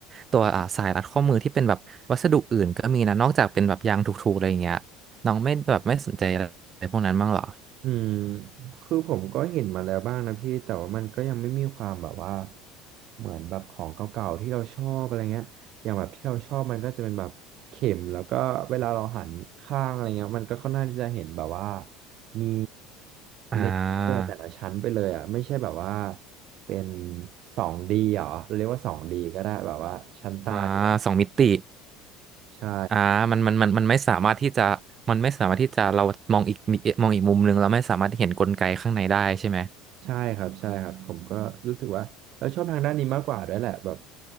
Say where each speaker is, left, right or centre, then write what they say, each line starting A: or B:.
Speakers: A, on the right; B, on the right.
A: ตัวอ่าสายรัดข้อมือที่เป็นแบบวัสดุอื่นก็มีนะนอกจากเป็นแบบยางถูกๆอะไรอย่างเงี้ยน้องไม่แบบไม่สนใจอะไรพวกนั้นบ้างหรอ
B: อืมคือผมก็เห็นมาแล้วบ้างนะพี่แต่ว่ามันก็ยังไม่มีความแบบว่าเหมือนแบบของเก่าๆที่เราชอบอะไรเงี้ยอย่างแบบที่เราชอบมันก็จะเป็นแบบเข็มแล้วก็เวลาเราหันข้างอะไรเงี้ยมันก็ค่อนข้างที่จะเห็นแบบว่ามี
A: อ่า
B: เลเยอร์แต่ละชั้นไปเลยอ่ะไม่ใช่แบบว่าเป็นสองดีเหรอเราเรียกว่าสองดีก็ได้แบบว่าชั้นตาเดียว
A: อ่าสองมิติ
B: ใช่
A: อ่ามันมันมันมันไม่สามารถที่จะมันไม่สามารถที่จะเรามองอีกนิมองอีกมุมหนึ่งเราไม่สามารถที่เห็นกลไกข้างในได้ใช่ไหม
B: ใช่ครับใช่ครับผมก็รู้สึกว่าเราชอบทางด้านนี้มากกว่าด้วยแหละแบบ